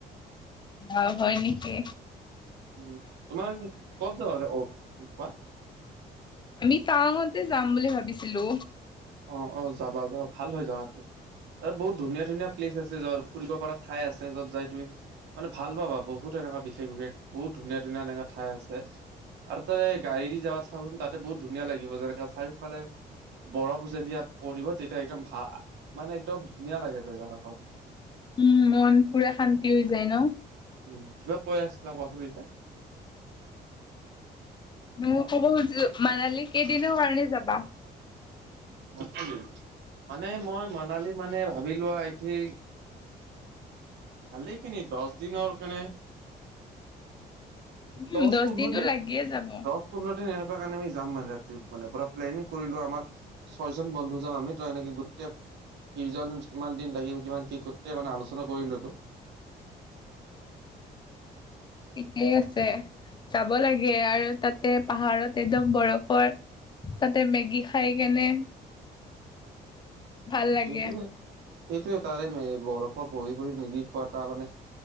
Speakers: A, on the left (about 25°); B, on the right (about 80°).
A: অ হয় নিকি।
B: উ তোমাৰ কত যাবাৰে অ পোপা।
A: আমি টাৱঙতে যাম বুলি ভাবিছিলো।
B: অ-অ যাবা, যাবা। ভাল হয় যাৱাটো। আৰে বহুত ধুনীয়া ধুনীয়া প্লেইচ আছে। যৰ ফুৰিব পৰা ঠাই আছে। যত যাই তুই মানে ভাল পাবা বহুতে অ বিশেষ বিশেষ বহুত ধুনীয়া ধুনীয়া এনেকা ঠাই আছে। আৰু তাতে গাড়ীদি যাবা চাবাচোন তাতে বহুত ধুনীয়া লাগিব। যেনেকা চাৰিওফালে বৰফ যেতিয়া পঢ়িবা তেতিয়া একদম ভা মানে একদম ধুনীয়া লাগে জেগা দখৰ।
A: উম, মন পুৰা শান্তি হৈ যায় ন।
B: উম, কিবা কৈ আছিলা কোৱাচোন এইতা।
A: মও ক'ব খুজিছো মানালী কেইদিনৰ কাৰণে যাবা?
B: <unintelligible> মানে মই মনালী মানে ভাবি লোৱা এই ঠিক ভালেইখিনি দছ দিনৰ কাৰণে।
A: উম
B: দছ,
A: দহ
B: পন্ধৰ
A: দিনটো
B: দিন,
A: লাগিয়ে যাব
B: দছ পন্ধৰ দিন এনে কিবা কাৰণে আমি যাম মানে, ট্ৰিপ মানে পুৰা প্লেনিং কৰিলো আমাৰ ছয়জন বন্ধু যাম আমি। ত' এনেকে গোটেই কেই, কিমান দিন থাকিম, কিমান কি গোটেই মানে আলোচনা কৰি ললো।
A: ঠিকেই আছে। যাব লাগে আৰু তাতে পাহাৰত একদম বৰফৰ তাতে মেগী খাই কেনে ভাল লাগে।
B: সেইটোৱে সেইটোৱে তাৰে মে বৰফত বহি বহি মিগী খোৱা তাৰমানে